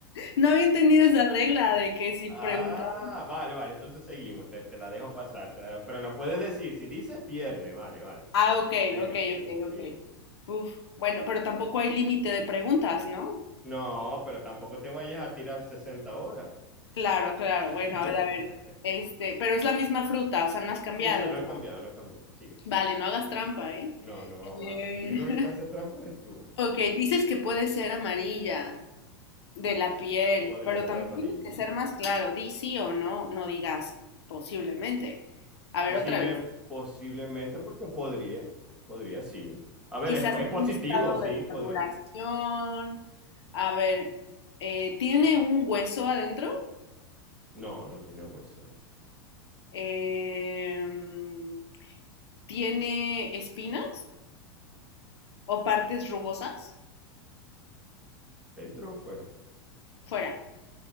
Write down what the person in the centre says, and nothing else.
Ah,
vale, vale, entonces seguimos, te, te la dejo pasar, te la- pero no puedes decir, si dices pierde, vale, vale.
Ven-
Venga,
seguimos,
seguimos.
No, pero tampoco te vayas a tirar 60 horas.
<laughs>
Sí, sí, no
ha cambiado, no ha cambiado. Sigue, sigue.
No, no,
aquí el
único que hace trampa eres tú.
Podría
ser
amarilla.
Posible,
posiblemente porque podría, podría, sí. A ver,
es, es
positivo,
sí,
podría.
No, no tiene hueso dentro.
¿Dentro o fuera?